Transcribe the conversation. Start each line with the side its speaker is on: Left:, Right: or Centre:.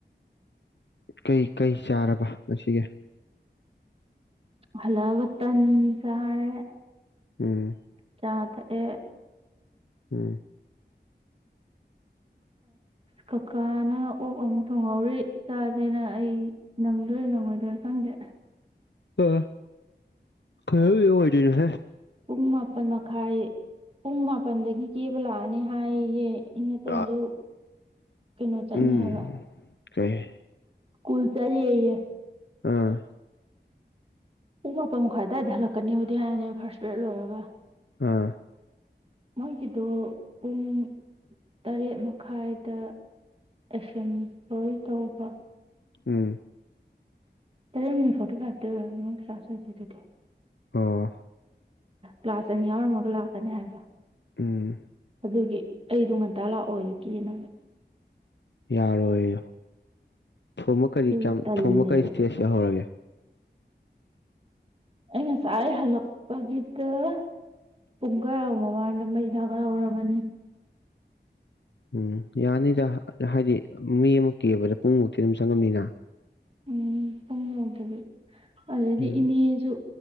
Left: ꯀꯩ ꯀꯩ ꯆꯥꯔꯕ ꯉꯁꯤꯒꯦ
Right: ꯍꯂꯕ ꯃꯇꯝꯟꯖꯥꯔꯦ
Left: ꯎꯝ
Right: ꯆꯇ ꯑꯦ
Left: ꯎꯝ
Right: ꯀꯀꯥꯅ ꯑꯣꯛ ꯑꯃꯨꯛ ꯊꯣꯡꯍꯧꯔꯤ ꯆꯥꯗꯦꯅ ꯑꯩ ꯅꯪ ꯂꯣꯏ ꯉꯝꯃꯣꯏꯗꯣꯏꯔ ꯈꯪꯗꯦ
Left: ꯑ ꯈꯔ ꯏ ꯑꯣꯏꯗꯨꯅ ꯍꯦ
Right: ꯄꯨꯡ ꯃꯥꯄꯜ ꯃꯈꯥꯏ ꯄꯨꯡ ꯃꯥꯄꯜꯗꯒꯤ ꯀꯦꯕ ꯂꯥꯛꯑꯅꯤ ꯍꯥꯏꯌꯦꯦ ꯏꯩꯅ ꯇꯖꯣ
Left: ꯑꯥ
Right: ꯀꯩꯅꯣ ꯆꯠꯅꯦ
Left: ꯎꯝ
Right: ꯍꯥꯏꯒ
Left: ꯀꯩ
Right: ꯀꯜꯁꯗꯤꯏ
Left: ꯑꯥ
Right: ꯄꯨꯡ ꯃꯥꯄꯟ ꯃꯈꯥꯏ ꯑꯗꯨꯋꯥꯏꯗ ꯍꯜꯂꯛꯀꯅꯤꯕꯨꯗꯤꯌꯥꯅꯦ ꯐꯥꯔꯁ ꯕꯔꯗ ꯂꯣꯏꯔꯒ
Left: ꯑꯥ
Right: ꯃꯣꯏꯒꯤꯗꯣ ꯄꯨꯡ ꯇꯔꯦꯠ ꯃꯈꯥꯏꯗ ꯑꯦꯁꯦꯝꯕꯜ ꯇꯧꯕ
Left: ꯎꯝ
Right: ꯇꯔꯦ ꯃꯤꯅꯤ ꯐꯣꯇꯣ ꯀ꯭ꯔꯇ ꯀ꯭ꯂꯥꯁ ꯑꯣꯏꯗꯤ
Left: ꯑꯣ
Right: ꯀ꯭ꯂꯥꯁ ꯑꯅꯤ ꯌꯥꯎꯔꯝꯃꯒ ꯂꯥꯛꯀꯅꯤ ꯍꯥꯏꯕ
Left: ꯎꯝ
Right: ꯑꯗꯨꯒꯤ ꯑꯩꯗꯣ ꯉꯟꯇꯥ ꯂꯥꯛꯑꯣꯒ ꯀꯦꯅꯒ
Left: ꯌꯥꯔꯣꯏ ꯊꯣꯡꯕ ꯀꯔꯤ
Right: ꯑꯗꯨꯒꯤ
Left: ꯀꯌꯥꯝ
Right: ꯇꯜꯂꯦꯕ
Left: ꯊꯣꯡꯕ ꯀꯔꯤ ꯏꯁꯇꯦꯖ ꯌꯍꯔꯒꯦ
Right: ꯑꯩ ꯉꯁꯥꯏ ꯑꯩ ꯍꯜꯂꯛꯄꯒꯤꯗ ꯄꯨꯡ ꯀꯔꯥꯎ ꯃꯃꯥꯡꯗ ꯃꯩ ꯊꯥꯀꯠꯍꯧꯔꯕꯅꯤ
Left: ꯎꯝ ꯌꯥꯅꯤꯗ ꯍꯥꯏꯗꯤ ꯃꯤ ꯑꯃꯨꯛ ꯀꯑꯕꯗ ꯄꯨꯡꯃꯨꯛꯇꯤ ꯑꯗꯨꯝ ꯆꯪꯉꯝꯅꯤꯅ
Right: ꯎꯝ ꯄꯨꯡ ꯌꯧꯗꯕꯤ ꯑꯗꯨꯗꯩꯗꯤ
Left: ꯎꯝ
Right: ꯏꯅꯦꯁꯨ